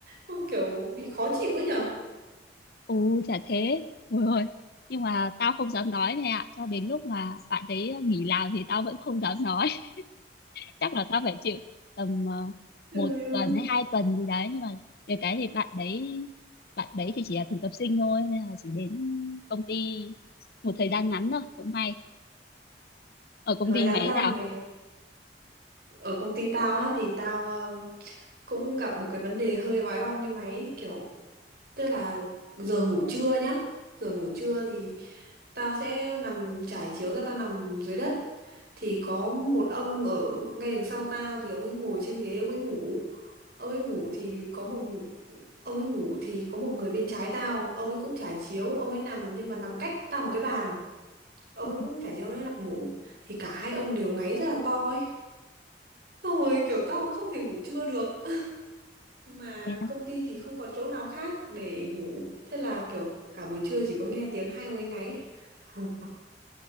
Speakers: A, on the right; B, on the left.
A: Không, kiểu bị khó chịu ấy nhở
B: Ồ, chả thế. Ôi ơi. Nhưng mà tao không dám nói này ạ. Cho đến lúc mà bạn đấy nghỉ làm thì tao vẫn không dám nói. <laughs> Chắc là tao phải chịu tầm ờ,
A: trời
B: một tuần
A: ơi
B: hay hai tuần gì đấy. Nhưng mà về cái thì bạn đấy bạn đấy thì chỉ là thực tập sinh thôi. Nên là chỉ đến công ty một thời gian ngắn thôi. Cũng may. Ở công
A: Rồi
B: ty
A: đáng
B: mày
A: ra
B: thế nào?
A: mày ở công ty tao á thì tao ờ, cũng gặp một cái vấn đề hơi vói bong như mày ấy, kiểu tức là giờ ngủ trưa nhá giờ ngủ trưa thì tao sẽ nằm trải chiếu ra tao nằm dưới đất thì có một ông ở ngay đằng sau tao thì ông ấy ngồi trên ghế ông ấy ngủ ông ấy ngủ thì có một ông ấy ngủ thì có một người bên trái tao ông ấy cũng trải chiếu ông ấy nằm nhưng mà nằm cách tao một cái bàn ông
B: Ừ.
A: ấy cũng trải chiếu ông ấy nằm ngủ thì cả hai ông đều ngáy rất là to ấy Xong rồi kiểu tao không thể ngủ trưa được <laughs> Mà
B: Thế á?
A: công ty thì không còn chỗ nào khác để ngủ Thế là kiểu cả buổi trưa chỉ có nghe tiếng hai quấy ngáy <laughs>